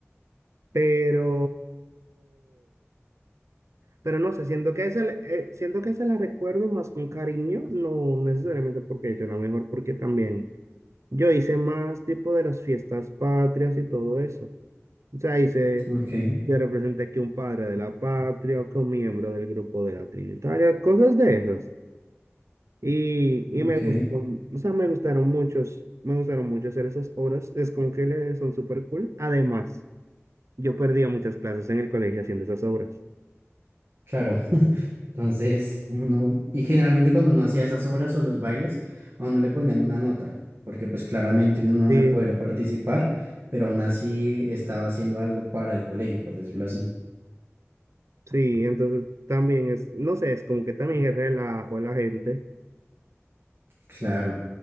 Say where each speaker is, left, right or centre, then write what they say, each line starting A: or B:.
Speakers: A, on the right; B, on the right.
A: pero Pero no sé, siento que esa, le- eh, siento que esa la recuerdo más con cariño, no no necesariamente porque yo la mejor, porque también yo hice más tipo de las fiestas patrias y todo eso. O sea, hice,
B: Ok,
A: yo representé que un padre de la patria o que un miembro del grupo de la Trinitaria, cosas de esas. Y,
B: ok.
A: y me gustó, o sea, me gustaron muchos, me gustaron mucho hacer esas obras. Es como que le- son súper cool. Además, yo perdía muchas clases en el colegio haciendo esas obras.
B: Claro, entonces uno, y generalmente cuando uno hacía esas obras o los bailes, a uno le ponían una nota, porque pues claramente uno no
A: Sí,
B: iba a poder participar, pero aún así estaba haciendo algo para el colegio, por decirlo así.
A: Sí, entonces también es, no sé, es como que también es relajo a la gente.
B: Claro.